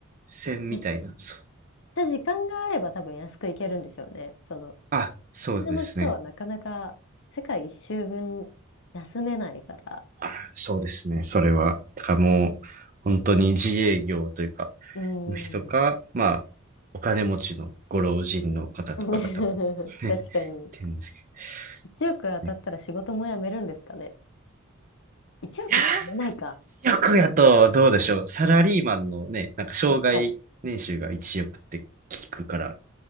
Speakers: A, on the right; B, on the left.
A: 船みたいな。
B: めっ
A: そ
B: ちゃ時間があれば多分安く行けるんでしょうね。その、
A: あ、そうですね。
B: 普通の人はなかなか世界一周分休めないから。
A: あそうですね。それは。だからもう、本当に自営業というか、
B: う
A: の人か、
B: ん。
A: まあ、お金持ちのご老人の方とかが多分、
B: <laughs>
A: ね、
B: 確かに。
A: ってるんですけど。
B: 1億当たったら仕事も辞めるんですかね。
A: そうですね。
B: 1億じゃ辞めないか。
A: いやー、億やと、どうでしょう。サラリーマンのね、なんか、障害年収が一億って聞くから。
B: 確かに。